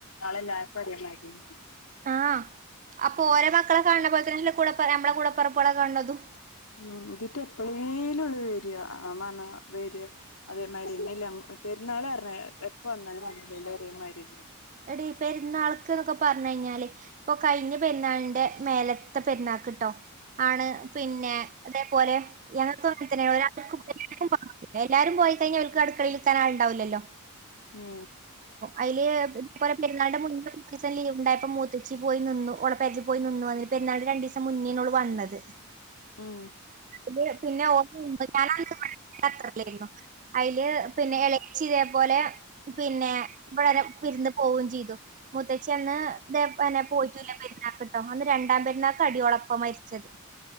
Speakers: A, on the left; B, on the right.
A: എല്ലാർക്കും ഒരേമാരിയായ്നു
B: ആഹ് അപ്പൊ ഓരേ മക്കളെ കാണ്ണ പോലത്തന്നല്ലെ നമ്മളെ കൂടപ്പെർപെളെ കാണ്ന്നതും.
A: ഉം ഇതിട്ട എപ്പളേലും ഓള് വെര ആപാർഞ് വെര അതേമാതിരി ഇല്ലല്ല പെര്ന്നാള്ന്നർഞ്ഞ എപ്പ വന്നാലും വന്നീല്ലേലും ഒരേമാതിരി അല്ലേ?
B: എടീ പെരുന്നാൾക്ക്ന്നൊക്കെ പറഞ്ഞു കഴിഞ്ഞാല്. ഇപ്പൊ കഴിഞ്ഞ പെരുന്നാളിന്റെ മേലത്തെ പെരുന്നാക്ക്ട്ടോ ആണ് പിന്നെ. അതേപോലെ ഞങ്ങക്കും ങ്ങെൻതന്നെയാണ് ഒരാൾക്കും എവിടേം <unintelligible> പിന്നെല്ലാരും പോയി കഴിഞ്ഞ ഓൽക്ക് അടുക്കളേലിരുത്താൻ ആളുണ്ടാവില്ലല്ലോ.
A: ഉം
B: അയ്ല് ഇപലെ പെരുന്നാളുടെ മുന്നപ്സം ലീവ് ഉണ്ടായപ്പോ മൂത്തച്ചി പോയി നിന്നു ഓളപെരി പോയി നിന്നു. പെരുന്നാന്റെ രണ്ടീസം മുന്നേയ്നു ഓള് വന്നത്.
A: ഉം
B: അതില് പിന്നെ ഓ ഞാന് ത്രെല്ലായിരുന്നു അതില് പിന്നെ ഇളേ ച്ചി ഇതേപോലെ പിന്നെ ഇവിടെരെ വിരുന്ന് പോവുകയും ചെയ്തു മുത്തച്ചി അന്ന് ഇതെ പോയിട്ടൂല്ല പെരുന്നാക്ക്ട്ടോ അന്ന് രണ്ടാം പെരുന്നാക്ക് ആടിയോളെപ്പ മരിച്ചത്.